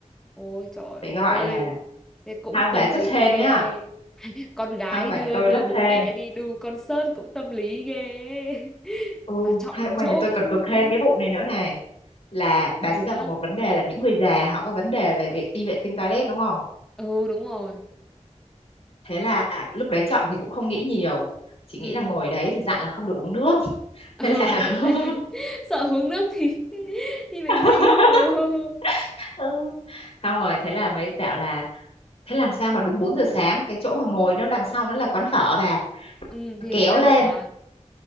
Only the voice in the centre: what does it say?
ôi trời
ơi,
thế cũng
tâm
lý
ghê.
con gái
đưa
đưa
bố
mẹ đi đu concert cũng tâm lý ghê ấy. <laughs>
mà chọn
được
chỗ
cũng
ấy
gì
nữa
ừ đúng rồi
ừ
<laughs> ừ
thì- tại vì
<laughs> sợ hướng nước thì <laughs> đi vệ
sinh ừ.
ừ thì
người ta
mở à